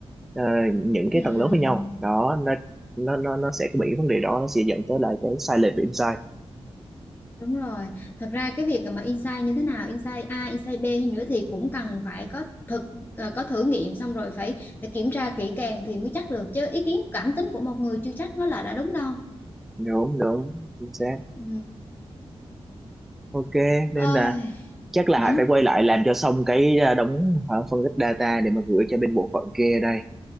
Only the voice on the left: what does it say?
Ừm,
Đúng rồi. Thật ra cái việc mà insight như thế nào, insight A, insight B hay nữa thì cũng cần phải có thực ờ, có thử nghiệm xong rồi phải phải kiểm tra kỹ càng thì mới chắc được chứ ý kiến cảm tính của một người chưa chắc nó là đã đúng đâu.
Ừ.
Ôi.
hử?